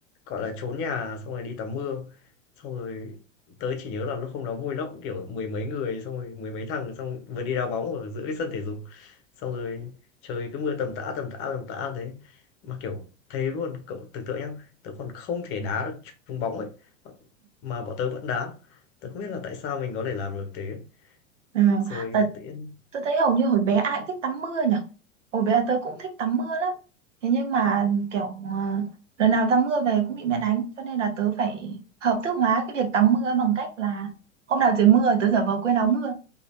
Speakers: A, on the left (about 35°); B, on the right (about 65°).
A: gọi là, trốn nhà xong rồi đi tắm mưa, xong rồi tớ chỉ nhớ là lúc hôm đó vui lắm, kiểu, mười mấy người, xong rồi mười mấy thằng, xong vừa đi đá bóng ở giữa cái sân thể dục, xong rồi trời cứ mưa tầm tã, tầm tã, tầm tã thế. Mà, kiểu, thế luôn, cậu tưởng tượng nhá, tớ còn không thể đá được trúng bóng ấy, mà bọn tớ vẫn đá. Tớ không biết là tại sao mình có thể làm được thế.
B: ừ.
A: Rồi
B: À,
A: tự nhiên
B: Tôi thấy hầu như hồi bé ai cũng thích tắm mưa nhỉ. Hồi bé tớ cũng thích tắm mưa lắm. Thế nhưng mà kiểu ờ, lần nào tắm mưa về cũng bị mẹ đánh. Cho nên là tớ phải hợp thức hóa cái việc tắm mưa bằng cách là hôm nào trời mưa tớ giả vờ quên áo mưa.